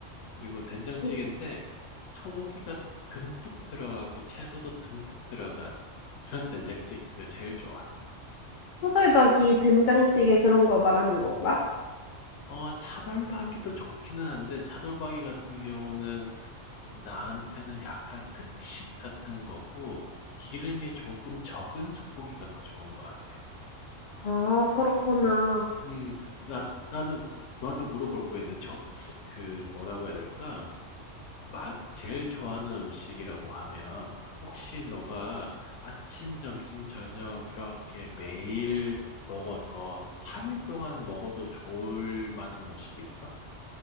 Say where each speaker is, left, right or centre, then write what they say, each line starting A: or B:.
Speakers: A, on the left; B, on the left.
A: 그리고 된장찌개인데
B: 음,
A: 소고기가 듬뿍 들어가고 채소도 듬뿍 들어간 그런 된장찌개가 제일 좋아.
B: 호돌박이 된장찌개 그런 거 말하는 건가?
A: 어, 차돌박이도 좋기는 한데 차돌박이 같은 경우는 나한테는 약간 특식 같은 거고 기름이 조금 적은 소고기가 더 좋은 것 같아.
B: 아, 그렇구나.
A: 음, 나, 나는 너한테 물어볼 거야. 근데 저, 그, 뭐라고 해야 될까? 마, 제일 좋아하는 음식이라고 하면, 혹시 너가 아침, 점심, 저녁 이렇게 매일 먹어서 3일 동안 먹어도 좋을 만한 음식이 있어?